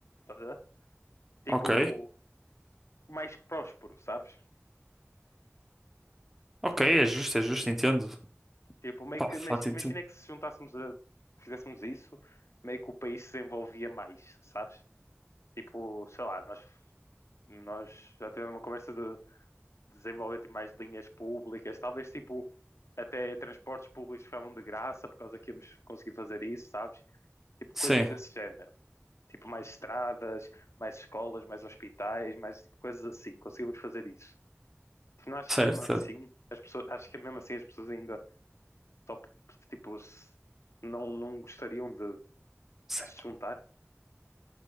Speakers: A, on the left; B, in the centre.
A: tá a ver? Tipo,
B: Ok.
A: mais próspero, sabes?
B: Ok, é justo, é justo, entendo.
A: Tipo, meio
B: Pá,
A: que,
B: fato
A: imagi- imagina
B: entendo.
A: que se juntássemos a, fizéssemos isso, meio que o país se desenvolvia mais, sabes? Tipo, sei lá, nós, nós já tivemos uma conversa de desenvolver tipo, mais linhas públicas, talvez tipo até transportes públicos ficavam de graça por causa que íamos conseguir fazer isso, sabes? Tipo,
B: Sim,
A: coisas desse género. Tipo, mais estradas, mais escolas, mais hospitais, mais tipo, coisas assim. Conseguimos fazer isso. Tipo, não acho
B: certo,
A: que mesmo
B: certo.
A: assim, as pessoas, acho que mesmo assim as pessoas ainda só, tipo, se- não, não gostariam de
B: Sim.
A: se juntar.